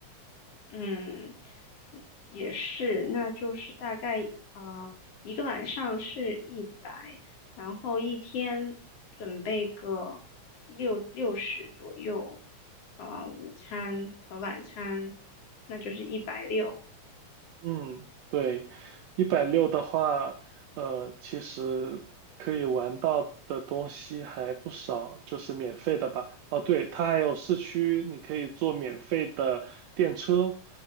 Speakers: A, on the left; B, on the right.
A: 嗯，也是，那就是大概呃一个晚上是一百，然后一天准备个六六十左右，啊、午餐和晚餐，那就是一百六。
B: 嗯，对，一百六的话，呃，其实可以玩到的东西还不少，就是免费的吧。哦，对，它还有市区，你可以坐免费的电车，